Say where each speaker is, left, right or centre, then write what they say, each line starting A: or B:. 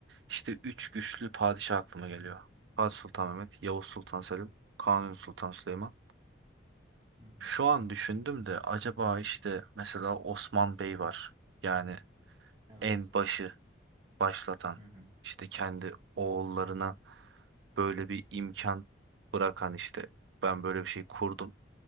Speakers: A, on the right; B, on the right.
A: işte üç güçlü padişah aklıma geliyor. Fatih Sultan Mehmet, Yavuz Sultan Selim, Kanuni Sultan Süleyman.
B: Hı hı.
A: Şu an düşündüm de acaba işte mesela Osman Bey var. Yani
B: Evet.
A: en başı başlatan
B: Hı hı.
A: işte kendi oğullarına böyle bir imkan bırakan işte ben böyle bir şey kurdum.